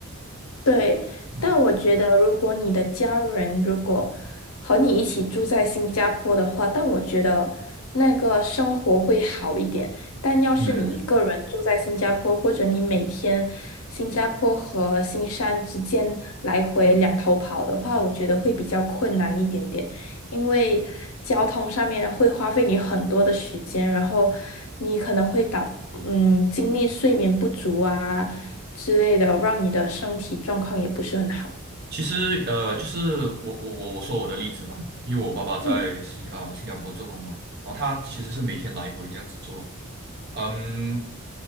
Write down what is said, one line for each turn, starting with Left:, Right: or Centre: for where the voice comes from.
Left: 对，
Right: 嗯
Left: 但我觉得如果你的家人如果和你一起住在新加坡的话，但我觉得那个生活会好一点。但要是你一个人住在新加坡，
Right: 嗯，
Left: 或者你每天新加坡和新山之间来回两头跑的话，我觉得会比较困难一点点，因为交通上面会花费你很多的时间，然后你可能会导。嗯，精力睡眠不足啊，之类的，让你的身体状况也不是很好。
Right: 其实呃，就是我我我我说我的例子啦，因为我爸爸在新啊新加坡做工嘛，
Left: 嗯，
Right: 然后他其实是每天来回这样子做，嗯，